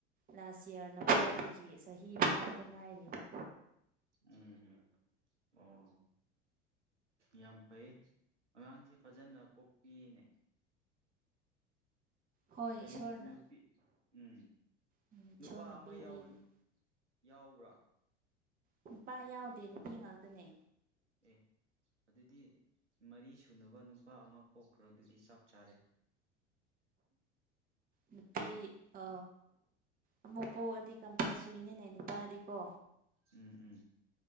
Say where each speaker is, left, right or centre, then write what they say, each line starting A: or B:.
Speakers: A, on the right; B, on the right.
A: ꯂꯥꯁ ꯌꯌꯥꯔꯅ ꯄꯣꯛꯕꯒꯤ ꯆꯍꯤ ꯐꯥꯕꯗ ꯉꯥꯏꯔꯤꯕ
B: ꯎꯝ ꯑꯣ ꯌꯥꯝ ꯐꯩ ꯑꯉꯥꯡꯁꯦ ꯐꯖꯅ ꯄꯣꯛꯄꯤꯅꯦ
A: ꯍꯣꯏ
B: ꯑ
A: ꯏꯁꯣꯔꯅ
B: ꯅꯨ ꯅꯨꯄꯤ ꯎꯝ
A: ꯎꯝ
B: ꯅꯨꯄꯥ
A: ꯏꯁꯣꯔꯅ
B: ꯑꯃ
A: ꯄꯤꯕꯤ
B: ꯌꯥꯎꯋ ꯌꯥꯎꯕ꯭ꯔꯥ
A: ꯅꯨꯄꯥ ꯌꯥꯎꯗꯦ ꯅꯨꯄꯤ ꯉꯥꯛꯇꯅꯦ
B: ꯎ ꯑꯗꯨꯗꯤ ꯃꯔꯤ ꯁꯨꯅꯕ ꯅꯨꯄꯥ ꯑꯃ ꯄꯣꯛꯈ꯭ꯔ ꯑꯗꯨꯗꯤ ꯆꯞ ꯆꯥꯔꯦ
A: ꯅꯨꯄꯤ ꯑ ꯑꯃꯨꯛꯄꯥꯎ ꯑꯗꯨꯗꯤ ꯅꯨꯄꯥ ꯁ꯭ꯔꯤꯅꯤꯅꯦ ꯅꯨꯄꯥꯗꯤꯀꯣ
B: ꯎꯝ ꯎꯝ